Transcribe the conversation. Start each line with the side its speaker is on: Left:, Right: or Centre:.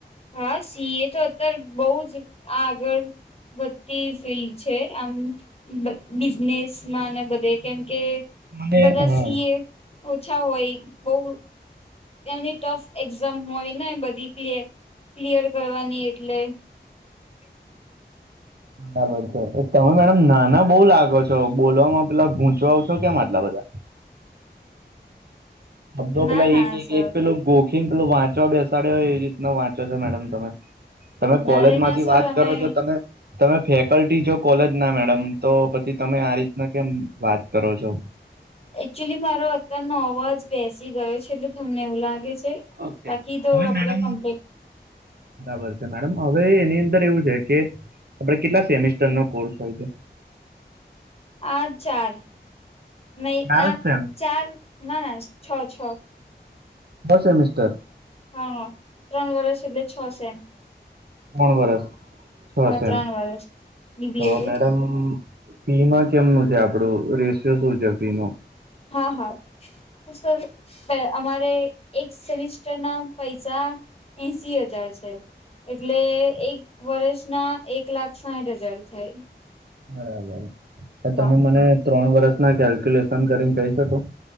Left: હા સી એ તો અત્યારે બહુ જ આગળ. વધતી ફિલ્ડ છે આમ. બિ બિઝનેસમાં ને બધે કેમ કે
Right: મને
Left: બધા
Right: હા
Left: સીએ ઓછા હોય બોઉ. એની ટફ એક્ઝામ હોય ને બધી ક્લયર ક્લિયર કરવાની એટલે <inaudible>
Right: બરાબર છે તમે મેડમ નાના બઉ લાગો છો બોલવામાં પેલા ગૂંચવાવ છો કેમ આટલા બધા.
Left: <unintelligible>
Right: શબ્દો
Left: ના
Right: પેલા
Left: ના
Right: એક એક
Left: સર
Right: એક પેલો ગોખીન પેલો વાંચવા બેસાડે એ રીતના વાંચો છો મેડમ તમે તમે કોલેજ
Left: ના રે
Right: માંથી
Left: ના સર
Right: વાત કરો
Left: અમે
Right: છો તમે. તમે ફેકલ્ટી જો કોલેજ ના મેડમ તો પછી તમે આ રીતના કેમ વાત કરો છો.
Left: એકચ્યુલી મારો અત્તારનો અવાજ બેસી ગયો છે એટલે તમને એવું લાગે છે.
Right: ઓ કે
Left: બાકી તો
Right: હવે
Left: આપડે
Right: મેડમ
Left: કમ્પ્લીટ
Right: બરાબર છે મેડમ અવે એની અંદર એવું છે કે આપડે કેટલા સેમેિસ્ટરનો કોર્સ હોય છે?
Left: આ ચાર નહી
Right: ચાર
Left: આ
Right: જ સેમ
Left: ચાર ના ના છ છ
Right: છ સેમિસ્ટર?
Left: હાં ત્રણ વરસ એટલે છ સેમ
Right: તણ વરસ છ
Left: હા
Right: સમ
Left: ત્રણ વર્ષ બીબી
Right: તો
Left: એ હોય
Right: મેડમ ફીમાં કેમનું છે આપડુ? રેશિયો શું છે ફી નો?
Left: હા, હા. તો સર પે અમારે એક સેમિસ્ટસ્ટરના પૈસા એંશી અજાર છે એટલે એક વરષના એક લાખ સાઇઠ અજાર થાય.
Right: બરાબર, તો તમે
Left: હા
Right: મને ત્રણ વરસના કેલ્ક્યુલેશન કરીન કહી શકો